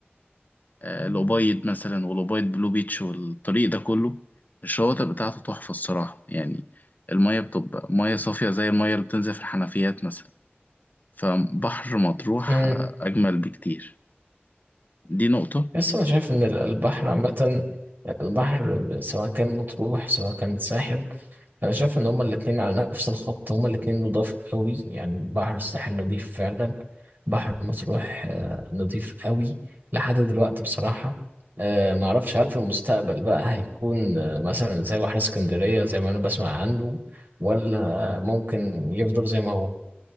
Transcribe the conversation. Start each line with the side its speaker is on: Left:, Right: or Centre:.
Left: آه، الأبيض مثلا والأبيض بلو بيتش والطريق ده كله الشواطئ بتاعته تحفة الصراحة يعني المية بتبقى مية صافية زي المية اللي بتنزل في الحنفيات مثلا فبحر مطروح
Right: امم
Left: آه، أجمل بكتير دي نقطة
Right: بس أنا شايف إن ال- البحر عامة البحر سواء كان مطروح سواء كان ساحل انا شايف ان هما الاتنين على نفس الخط هما الاتنين نضاف قوي يعني بحر الساحل نضيف فعلا بحر مطروح آه، نضيف قوي لحد دلوقتي بصراحة آه، معرفش هل في المستقبل بقى هيكون آه، مثلا زي بحر اسكندرية زي ما انا بسمع عنه ولا آه، ممكن يفضل زي ما هو